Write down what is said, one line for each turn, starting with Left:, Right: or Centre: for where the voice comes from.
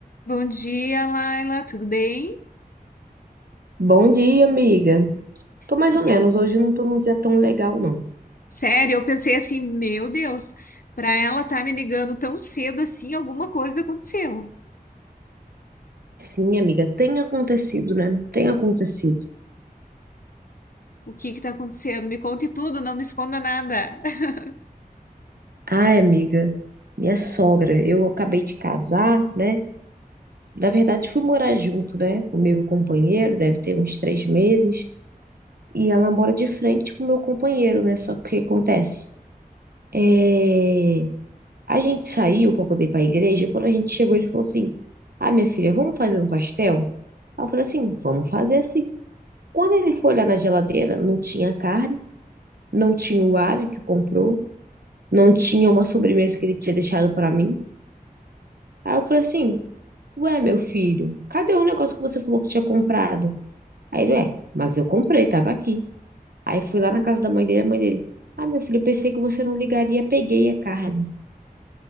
Left: Bom dia, Laila, tudo bem?
Right: Bom dia, amiga. Tô mais
Left: Que-
Right: ou menos. Hoje não tô num dia tão legal, não.
Left: Sério, eu pensei assim, meu Deus, para ela estar me ligando tão cedo assim, alguma coisa aconteceu.
Right: Sim, amiga, tem acontecido, né? Tem acontecido.
Left: O que que tá acontecendo? Me conte tudo, não me esconda nada. <laughs>
Right: Ai, amiga, minha sogra, eu acabei de casar, né? Na verdade, fui morar junto, né? Com meu companheiro, deve ter uns três meses. E ela mora de frente com meu companheiro, né? Só que o que acontece? É... A gente saiu pra poder ir pra igreja. E quando a gente chegou, ele falou assim: Ah, minha filha, vamos fazer um pastel? Aí Eu falei assim: Vamos fazer Quando ele foi olhar na geladeira, não tinha carne, não tinha o alho que comprou, não tinha uma sobremesa que ele tinha deixado para mim. Aí eu falei assim: Ué, meu filho, cadê o negócio que você falou que tinha comprado? Aí ele, é, mas eu comprei, tava aqui. Aí fui lá na casa da mãe dele, a mãe dele. Ah, meu filho, eu pensei que você não ligaria, peguei a carne.